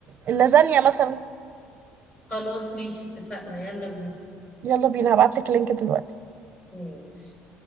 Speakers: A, on the right; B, on the left.
A: اللازانيا مثلا
B: خلاص ماشي اتفقنا يلا بينا
A: يلا بينا هبعتلك اللينك دلوقتي
B: ماشي